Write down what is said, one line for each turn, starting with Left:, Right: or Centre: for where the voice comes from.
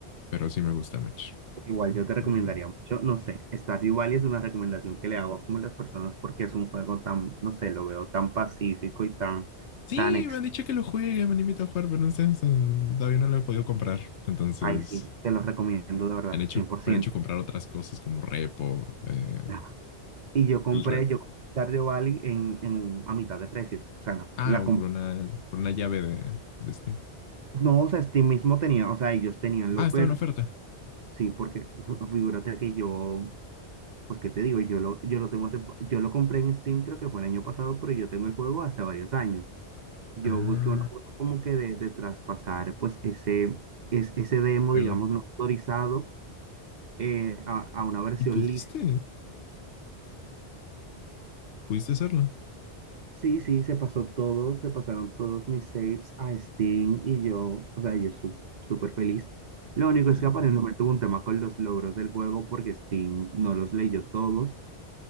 Left: pero sí me gusta mucho.
Right: Igual yo te recomendaría
Left: Ah,
Right: mucho, no sé, Stardew Valley es una recomendación que le hago a como las personas porque es un juego tan, no sé, lo veo tan pacífico y tan,
Left: sí,
Right: tan ex.
Left: me han dicho que lo juegue, me han invitado a jugar, pero no sé, hasta- todavía no lo he podido comprar. Entonces,
Right: Ay, sí, te lo recomiendo de verdad,
Left: me han hecho,
Right: cien por ciento
Left: me han hecho comprar otras cosas como repo, eh,
Right: <laughs> Y yo compré,
Left: el rep.
Right: yo compré Stardew Valley en, en un- a mitad de precio. O sea, la,
Left: Ah,
Right: la
Left: o
Right: comp-
Left: por una, por una llave de, de Steam.
Right: No, o sea, Steam mismo tenía, o sea, ellos tenían lo
Left: Ah, estaba
Right: per,
Left: en oferta.
Right: sí, porque <laughs> figúrate que yo, pues, ¿qué te digo? Yo lo, yo lo tengo hace, yo lo compré en Steam, creo que fue el año pasado, pero yo tengo el juego hace varios años. Yo
Left: Ah,
Right: busqué una forma como que de, de traspasar pues ese, es, ese demo,
Left: juego.
Right: digamos, no autorizado eh, a, a una versión
Left: ¿Y pudiste?
Right: lícita.
Left: Pudiste hacerlo.
Right: Sí, sí, se pasó todo, se pasaron todos mis saves a Steam y yo, o sea, yo su- súper feliz. Lo único es
Left: El-
Right: que aparentemente tuvo un tema con los logros del juego porque Steam no los leyó todos